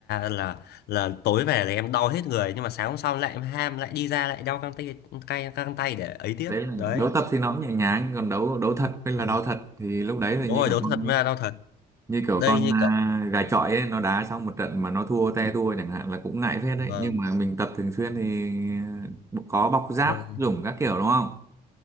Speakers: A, on the left (about 70°); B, on the right (about 15°).
A: là là tối về là em đau hết người nhưng mà sáng hôm sau lại em ham lại đi ra lại đau căng tay cay căng tay để ấy tiếp
B: đấy là
A: đấy
B: đấu tập thì nó cũng nhẹ nhàng còn đấu đấu thật hay là
A: Vâng.
B: đau thật thì lúc đấy thì
A: đúng
B: như
A: rồi
B: kiểu
A: đau
B: con
A: thật mới là đau thật
B: như kiểu
A: đây
B: con
A: như
B: à,
A: kiểu
B: gà chọi ấy nó đá xong một trận mà nó thua te tua chẳng hạn là cũng ngại phết đấy
A: vâng
B: nhưng mà mình tập thường xuyên thì à, có bọc giáp
A: vâng
B: dùng các kiểu đúng không